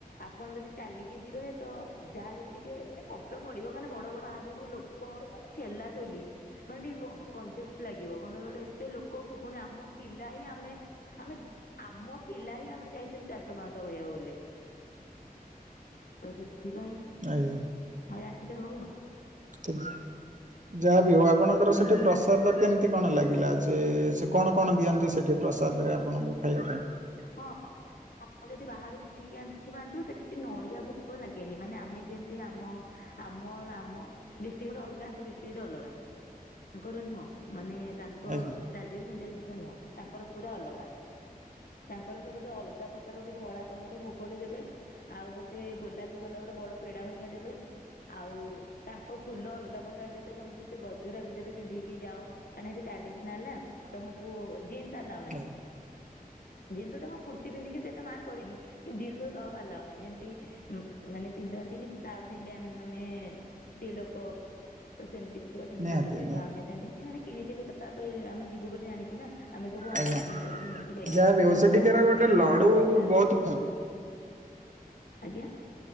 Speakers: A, on the left (about 70°); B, on the right (about 55°).
A: ଆପଣ ଯଦି ଚାଲିକି ଯିବେ ତ ଯାହାହେଲେ ବି ଟିକେ ମାନେ କଷ୍ଟ ପଡିବ। କାହିଁକି ନା ବଡ ବଡ <unintelligible> <unintelligible> କଂଜେଷ୍ଟ ଲାଗିବ। କଣ ପାଇଁ କହିଲେ ଏତେ ଲୋକକୁ, ପୁଣି ଆମ ପିଲା ହିଁ ଆମେ ଆମେ ଆମ ପିଲା ହିଁ ଆମେ ଯାଇଥିଲୁ ଚାରିଶହ ପାଞ୍ଚଶହ କହିଆକୁ ଗଲେ। ତ ସେଥିପାଇଁ
B: ଆଜ୍ଞା।
A: ହଇରାଣଟେ ହଉ ଆଉ।
B: <unintelligible> ଯାହାବି ହଉ ଆପଣଙ୍କର ସେଠି ପ୍ରସାଦ କେମିତି କଣ ଲାଗିଲା ଯେ ସେ କଣ କଣ ଦିଅନ୍ତି ସେଠି ପ୍ରସାଦରେ ଆପଣଙ୍କୁ ଖାଇବା ପାଇଁ?
A: ହଁ ଆ ଯଦି ବାହାରୁ କିଣିକି ଆଣିଥିବ ଆଣିଥିବ ସେଠି ନଡ଼ିଆ ଭୋଗ ଲାଗେନି ମାନେ ଆମେ ଯେମିତି ଆମ ଆମ, ଆମ, ଡିଷ୍ଟ୍ରିକ୍ ଗୋଟେ ଅଲଗା ଆଙ୍କ ଡିଷ୍ଟ୍ରିକ୍ ଅଲଗା, ତାଙ୍କର ନୁହଁ ମାନେ ତାଙ୍କ
B: ଆଜ୍ଞା।
A: ରାଜ୍ୟରେ ସେମିତିଆ ଜିନିଷ ନୁହଁ, ତାଙ୍କର ପୁରା ଅଲଗା। ତାଙ୍କର ସେ ଗୋଟେ ଅଲଗା ପ୍ରକାର ଗୋଟେ ଧଳା କଲର ଭୋଗଟେ ଦେବେ। ଆଉ ଗୋଟେ ଗୋଲାପୀ କଲର ଗୋଟେ ବଡ ପେଡା ହୋଇକା ଦେବେ। ଆଉ ତାଙ୍କ ଫୁଲ ଅଲଗା ପକାର ଦେବେ ତମକୁ ସେ ଗଜରା ବି ଦେବେ ପିନ୍ଧିକି ଯାଅ। କାହିଁନା ହେଟି ଟ୍ରାଡିସ୍ନାଲ୍ ନା ତମକୁ ଜିନ୍ସ ଆଲ୍ଲାଉ ନାହିଁ।
B: ଆଜ୍ଞା
A: ଜିନ୍ସ ସହିତ ହଁ କୁର୍ତ୍ତି ପନ୍ଧିକି ସେତ ମାର୍କ କରିନି କିନ୍ତୁ ଜିନ୍ସ ସହିତ ଆଉ ଆଲାଉ ନାହିଁ, ଯେମିତି ମ୍ ମାନେ ପିନ୍ଧନ୍ତିନି ସାଉଥ୍ ଇଣ୍ଡିଆନ୍ ମାନେ ସ୍ତ୍ରୀ ଲୋକ ତ ସେମିତି। ପୁରା ପିନ୍ଧିକି
B: ନିହାତି
A: ଯିବେ,
B: ନିହାତି
A: ତ ଆମେ ସେମିତି ମାନେ କିଣିଥିଲୁ ତାପରେ ଆମେ ଯିବୁ ବୋଲି ଜାଣିଛୁ ନା। ଆମେ ସବୁ ଅନଲାଇ
B: ଆଜ୍ଞା
A: ସପିଙ୍ଗ କରିକି ନେଇକି ଯାଇଥିଲୁ,
B: ଯାହା ବି ହଉ
A: କିନ୍ତୁ
B: ସେଠିକାର
A: ତା ସେଠି
B: ଗୋଟେ
A: ଯୋଉ
B: ଲଡୁ
A: ମିଳୁଥିଲା
B: ବହୁତ
A: ଯୋଉ
B: ଫେ
A: ଆଜ୍ଞା।